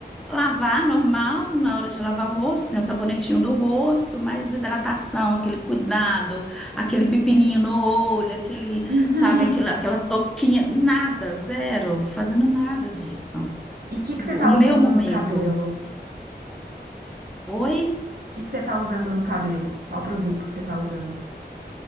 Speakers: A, in the centre; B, on the right.
A: lavar normal, na hora de lavar o rosto, tem o sabonetinho do rosto, mas hidratação, aquele cuidado, aquele pepininho no olho, aquele,
B: <laughs>
A: sabe, aquela, aquela toquinha, nada, zero, fazendo nada disso.
B: E o que que você
A: O
B: tá
A: meu
B: usando
A: momento.
B: no cabelo?
A: Oi?
B: que que você tá usando no cabelo? Qual produto que você tá usando?